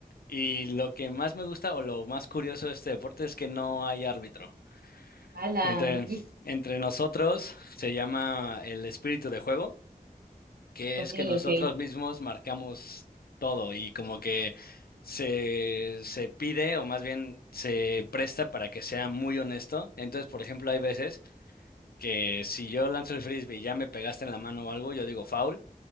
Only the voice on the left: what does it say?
y lo que más me gusta o lo más curioso de este deporte es que no hay árbitro.
Entre,
entre nosotros se llama el espíritu de juego, que
es que nosotros
mismos marcamos todo y como que se, se pide o más bien se presta para que sea muy honesto. Entonces, por ejemplo, hay veces que si yo lanzo el frisbee y ya me pegaste en la mano o algo, yo digo foul